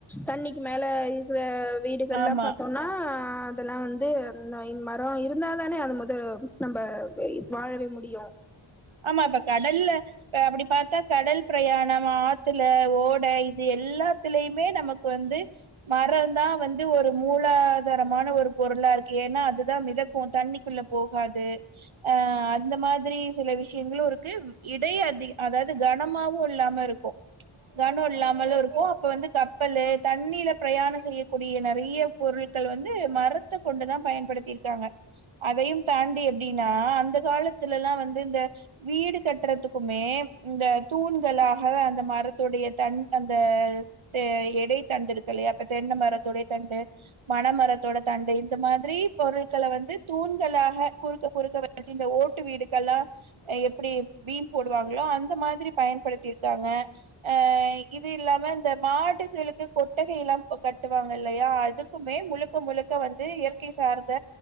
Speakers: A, in the centre; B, on the right.
A: தண்ணிக்கு மேல இருக்கிற வீடுகள்லாம்
B: ஆமா
A: பாத்தோம்னா அதெல்லாம் வந்து இந்த மரம் இருந்தால் தானே அை முதல் நம்ம வாழவே முடியும்
B: ஆமா இப்ப கடல்ல இ அப்படி பார்த்தா கடல் பிரயாணம் ஆற்றுல ஓடை இ இது எல்லாத்திலயுமே நமக்கு வந்து மரம் தான் வந்து ஒரு மூலாதாரமான ஒரு பொருளா இருக்கு ஏன்னா அதுதான் மித தண்ணிக்குள்ள போகாது அஹ அந்த மாதிரி சில விஷயம் எங்களு இருக்கு இடையே அதிக அதாவது கனமாவு இல்லாம இருக்கும் கனம் இல்லாமலும் இருக்கும் அப்ப வந்து கப்பலு தண்ணீல பிரயாணம் செய்யக்கூடிய நெறைய பொருட்கள் வந்து மரத்தை கொண்டு தான் பயன்படுத்தி இருக்காங்க அதையும் தாண்டி எப்டின்னா அந்த காலத்துலல்லா வந்து இந்த வீடு கட்டுறதுக்குமே இந்த தூண்களாக அந்த மரத்துடைய தண் அந்த தே எடைத்தண்டு இருக்கு இல்லையா அப்ப தென்ன மரத்துடைய தண்டு மன மரத்தோட தண்டு இந்த மாதிரி பொருட்களை வந்து தூண்களாக குறுக்க குறுக்க வச்சு இந்த ஓட்டு வீடுக் எல்லாம் எப்பிடி பீம் போடு வாங்களோ அந்த மாதிரி பயன்படுத்தியிருக்காங்க அஹ் இது இல்லாம இந்த மாடுகளுக்கு கொட்டகை எல்லாம் கட்டுவாங்க இல்லையா அதுக்குமே முழுக்க முழுக்க வந்து இயற்கை சார்ந்த